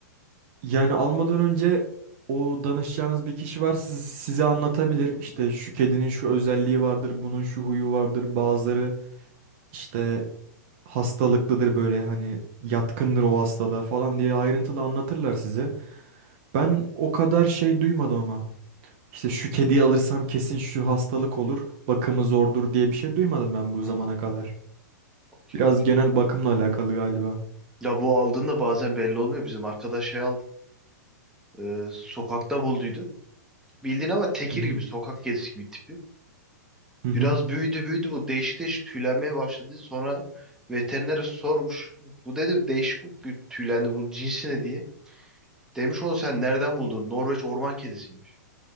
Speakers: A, on the right; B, in the centre.
A: yani almadan önce o danışacağınız bir kişi var siz- size anlatabilir.
B: Hmm.
A: İşte şu kedinin şu özelliği vardır, bunun şu huyu vardır. Bazıları işte hastalıklıdır böyle hani yatkındır o hastalığa falan diye ayrıntılı anlatırlar size. Ben o kadar şey duymadım ama. İşte şu kediyi alırsam kesin şu hastalık olur, bakımı zordur diye bir şey duymadım ben bu
B: Hmm,
A: zamana kadar.
B: okey
A: Biraz
B: okey.
A: genel bakımla alakalı galiba.
B: Ya bu aldığında bazen belli olmuyor. Bizim arkadaş şey aldı. Ee, sokakta bulduydu. Bildiğin ama tekir
A: Hı hı.
B: gibi sokak kedisi gibi tipi.
A: Hı hı.
B: Biraz büyüdü büyüdü bu değişik değişik tüylenmeye başladı. Sonra veterinere sormuş. Bu dedi değişik bir tüylendi bu cinsi ne diye. Demiş oğlum sen nereden buldun? Norveç orman kedisiymiş.